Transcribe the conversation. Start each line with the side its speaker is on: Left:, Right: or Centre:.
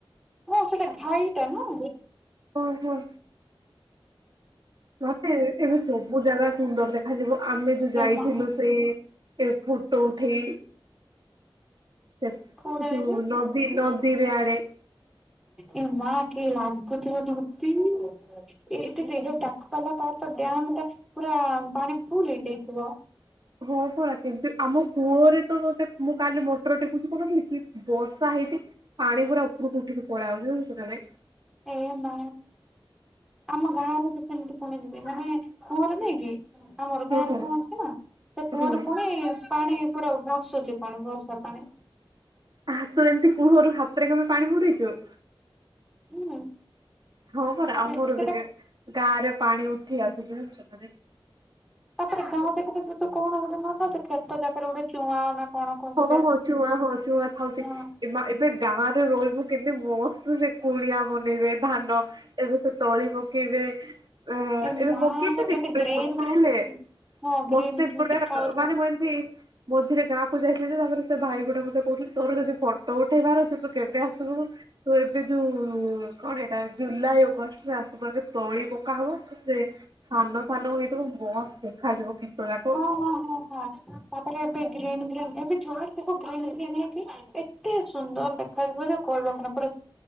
Centre: ହଁ ସେଟା ଘାଇଟା ନା?
Right: ହୁଁ ହୁଁ। ମାନେ ଏବେ ସବୁ ଜାଗା ସୁନ୍ଦର ଦେଖାଯିବ ଆମେ ଯୋଉ ଯାଇଥିଲୁ
Centre: ଏ ମା
Right: ସେଇ ଏ ଫୋଟୋ ଉଠେଇ ସେପ୍
Centre: କୋଉଟା
Right: ଯୋଉ
Centre: ଦେବି
Right: ନଦୀ ନଦୀରେ ଆଡେ।
Centre: ଏ ମା କି ଲାଗଥିବ ନଦୀ। ଏଇ ଡାକତାଲା ତାର ତ ଡାମ ଟା ପୁରା ପାଣି ଫୁଲ ହେଇଯାଇଥିବ।
Right: ହ କଣ <unintelligible> ଆମ କୂଅରେ ତ ତତେ ମୁଁ କାଲି ମଟର ଟେକୁଛି କନ କି ବର୍ଷା ହେଇଚି। ପାଣି ପୁରା ଉପରକୁ ଉଠିକି ପଳେ ଆଉଛି ଜାଣିଚୁ ନା ନାଇଁ।
Centre: ଏ ମା ଆମ ଗାଁରେ ବି ସେମିତି ପୁଣି ଦବି ମାନେ କୁଅର ନାଇଁ କି ଆମର ଗାଁରେ
Right: ଓହୋ।
Centre: କୁଅ ଅଛି ନା ସେ କୁଅରେ
Right: ହୁଁ
Centre: ପୁଣି ପାଣି ପୁରା ଭାସୁଚି ପାଣି ବର୍ଷା ପାଣି।
Right: ଆହା ତୁ ଏମତି କୁହରୁ ହାତରେ କେବେ ପାଣି ବୁଡେଇଚୁ?
Centre: ହୁଁ।
Right: ହଁ ପରା
Centre: ସେଟା
Right: ଆମର ବି କିଏ ଗାଁରେ ପାଣି ଉଠି ଆସୁଚି ସେଠାରେ।
Centre: ତାପରେ ଗାଁ ଜାକରେ ସେ ଯୋଉ କଣ ଗୋଟେ ନୂଆ ଥାଉଚି ଖେତ ଜକରେ ଗୋଟେ ଚୁଆଁ ନା କଣ କହିବେ
Right: ହଁ ହଁ ଚୁଆଁ ହୋଉ ଯୋଉ ଚୁଆଁ ଥାଉଚି।
Centre: ହଁ
Right: ଏମା ଏବେ ଗାଁରେ ରହିବୁ କେତେ ମସ୍ତ ସେ କୁଡିଆ ବନେଇବେ ଧାନ ଏବେ ସେ ତଳି ପକେଇବେ ଅ
Centre: ଏ
Right: ଏବେ
Centre: ମା
Right: ପକେଚନ୍ତି
Centre: ସେ କେମିତି ଗ୍ରୀନ୍
Right: ବର୍ଷା
Centre: ଗ୍ରୀନ୍
Right: ହେଲେ।
Centre: ହଁ ଗ୍ରୀନ୍
Right: ମତେ
Centre: ଗ୍ରୀନ୍
Right: ପୁରା
Centre: ଦେଖା ଯାଉଥିବ
Right: ମାନେ ମୁଁ ଏମିତି ମଝିରେ ଗାଁ କୁ ଯାଇଥିଲି ଯେ ତାପରେ ସେ ଭାଇ ଗୋଟେ ମତେ କୋହୁଥିଲେ ତୋର ଯଦି ଫଟୋ ଉଠେଇବାର ଅଛି ତୁ କେବେ ଆସିବୁ? ତୁ ଏବେ ଯୋଉ କଣ ହେଟା ଜୁଲାଇ ଅଗଷ୍ଟରେ ଆସିବୁ ଏବେ ତଳି ପକା ହବ। ସେ ସାନ ସାନ ହେଇଥିବ ମସ୍ତ୍ ଦେଖାଯିବ କିତରାକ।
Centre: ହଁ ହଁ ହଁ। ତାପରେ ଏବେ ଗ୍ରୀନ୍ ଗ୍ରୀନ୍ ଏବେ ଯୁଆଡ ଦେଖ ଗ୍ରୀନ୍ ଗ୍ରୀନ୍ ହେଇକି ଏତେ ସୁନ୍ଦର ଦେଖାଯିବ ଯେ କହିବ କଣ ପୁରା